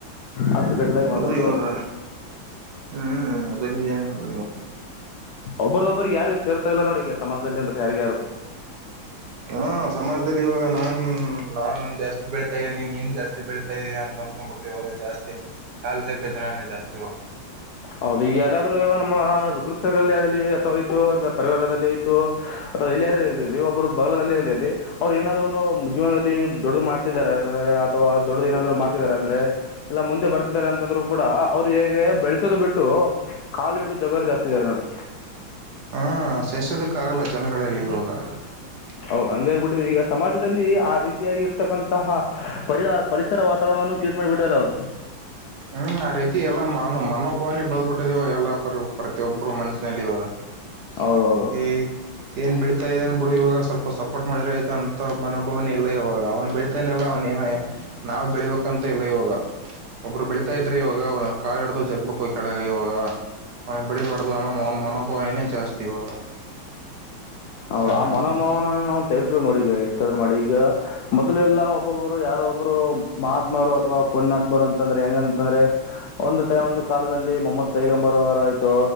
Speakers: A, on the left; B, on the right.
A: ಅಷ್ಟು ಕೆಟ್ಟದಾಗಿ
B: ಹೌದು
A: ಮಾತಾಡ್ತಾರೆ
B: ಇವಾಗ
A: ಅವರು
B: ಹ್ಮ್ ಅದು ನಿಜನ <unintelligible>
A: ಒಬ್ಬರದೊಬ್ಬರಿಗೆ ಯಾರು ಸೇರ್ತಾ ಇಲ್ಲ ನೋಡಿ ಸಮಾಜದಲ್ಲಿ ಅಂತ ಯಾರ ಯಾರು
B: ಹಾ ಸಮಾಜದಲ್ಲಿ ಇವಾಗ ನಾನ್ ನಾನ್ ಜಾಸ್ತಿ ಬೆಳತಾ ಇದ್ದೀನಿ ನೀನ್ ಜಾಸ್ತಿ ಬೆಳೀತಾ ಇದೀ ಅ <unintelligible> <unintelligible> ಜಾಸ್ತಿ ಕಾಲ್ ಜಗ್ಗ ಜನಾನೇ ಜಾಸ್ತಿ ಹ <unintelligible>
A: ಹೌದು ಈಗ ಯಾರಾದ್ರೂ ನಮ್ಮ ಗ್ರೂಪ್ ಸಲ್ಲಿ ಅಲ್ಲಿ ಅಥವಾ ಆಯತು ಅ ಪರಿವಾರದಲ್ಲಿ ಆಯತು ಅಥವಾ ಎಲ್ಲಿಾದ್ರೂ ಇಲಿ ಒಬ್ರು ಬಗಲದಲ್ಲಿ ಇ ಹೇಳರ್ಲಿ ಅವ್ರು ಏನಾದ್ <unintelligible> ಜೀವನದಲ್ಲಿ ದೊಡದು ಮಾಡ್ತಿದ ಅಥವಾ ದೊಡ್ಡ ಏನಾದ್ರು ಮಾಡ್ತಿದ್ದಾರೆ ಅಂದ್ರೆ ಎಲ್ಲ ಮುಂದೆ ಬರ್ತಿದ್ದಾರೆ ಅಂತಂದ್ರು ಕೂಡ ಅವ್ರ ಹೇಗೆ <unintelligible> ಬೆಳಸೋದು ಬಿಟ್ಟು ಕಾಲು ಇಿಡ್ದ ಜರ ಜಾಸ್ತಿ ಇದಾರೆ ನೋಡಿ
B: ಹಾ ಸಹಿಸೋದಕ್ಕ ಆಗಲ್ಲ ಜನಗಳಗಳಲ್ಲಿ ಇಾಗ <unintelligible>
A: ಹೌದು ಹಂಗ ಆಗಬಿಟ್ಟಿದೆ ಈಗ ಸಮಾಜದಲ್ಲಿ ಆ ರೀತಿಯಾಗಿ ಇರ್ತಕ್ಕಂತಹ ಪರಿ ಪರಿಸರ ವಾತಾವರಣವನ್ನು ಕ <unintelligible> ಮಾಡಿಬಿಟ್ಟಾರ ಅವ್ರು
B: ಹ್ಮ್ ಆ ರೀತಿ ಎಲ್ಲಾ ಮನೋ ಮನೋಭಾವನೆ ಬಳಬಿಟ್ಟಿದೆವಾಗ ಎಲ್ಲಾ ಪ್ರತಿಯೊಬ್ರು ಮನಸ್ಸಿನಲ್ಲಿ ಇವಾಗ <unintelligible>
A: ಹೌದು ಹೌದು
B: ಏ್ ಏನ್ ಬೆಳಿತಾ ಇದೇನ್ ಬಿಡು ಇವಾಗ ಸ್ವಲ್ಪ <unintelligible> ಪ <unintelligible> ಸಪೋರ್ಟ್ ಮಾಡಿದ್ರ ಆಯ್ತು ಅಂತ ಮನೊಬ್ಬವನ ಇಲ್ಲ ಇವಾಗ ಅವ್ನು ಬೆಳೀತಾನನಿಲ್ಲಲ್ಲ ಅವ್ಏನ ನಾವವು ಬೆಳಿಬೇಕಂತ ಅಂತ ಇಲ್ಲ ಇವಾಗ ಒಬ್ರು ಬೆಳೀತಾ ಇದ್ರೆ ಇವಾಗ ಅವ್ ಕಾಿಡ್ದ ಜಗ್ಬೇಕು ಕೆಳಗ ಇವಾಗ ಅವ ಬಿಳಬಾರ್ದು <unintelligible> ಅನ ಅವನ ಮನೋಭಾವನೆನೇ ಜಾಸ್ತಿ ಇವಾಗ
A: ಹೌದು
B: ಜನರಿಗೆ
A: ಆ ಮನೋಭಾವನ ನಾವು ತೆಗೆಸ್ಬೇಕು ನೋಡಿ ಈಗ ಎಷ್ಟು ಮಾಡಿ ಈಗ ಮೊದಲೆ ಎಲ್ಲ ಒಬ್ಬೊಬ್ರು ಯಾರೊಬ್ರು ಮಹಾತ್ಮರು ಅಥವಾ ಪುಣಾತ್ಮರು ಅಂತಂದ್ರೆ ಹೆಂಗಂತಂದ್ರೆ ಒಂದು ಟೈಮ್ ಒಂದು ಕಾಲದಲ್ಲಿ ಮೊಹಮ್ಮದ್ ಪೈಗಂಬರ್ ಅವರ ಆಯ್ತು